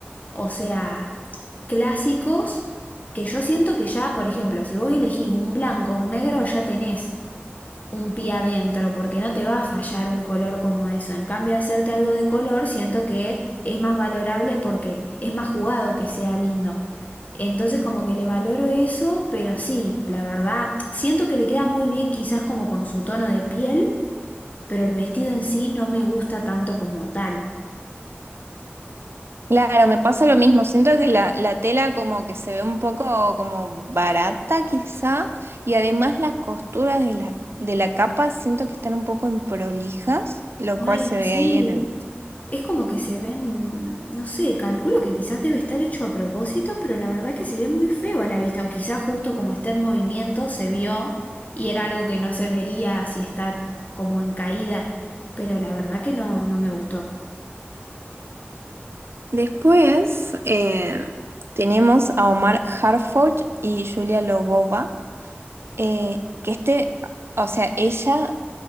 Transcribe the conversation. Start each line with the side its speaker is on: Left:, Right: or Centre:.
Left: O sea, clásicos que yo siento que ya, por ejemplo, si vos elegís un blanco o un negro, ya tenés un pie adentro, porque no te va a fallar un color como eso. En cambio, hacerte algo de color, siento que es más valorable porque es más jugado que sea lindo. Entonces, como que le valoro eso, pero sí, la verdad, siento que le queda muy bien quizás como con su tono de piel, pero el vestido en sí no me gusta tanto como tal.
Right: Claro, me pasa lo mismo. Siento que la, la tela como que se ve un poco como barata quizá y además las costuras de la, de la capa siento que están un poco improlijas, lo cual
Left: Ay,
Right: se ve
Left: sí.
Right: ahí en el...
Left: Es como que se ven, mm, no sé, calculo que quizás debe estar hecho a propósito, pero la verdad que se ve muy feo a la vista, o quizás justo como está en movimiento se vio y era algo que no se vería si está como en caída, pero la verdad que no, no me gustó.
Right: Después eh, tenemos a Omar Harford y Julia Lobova, eh, que este, o sea, ella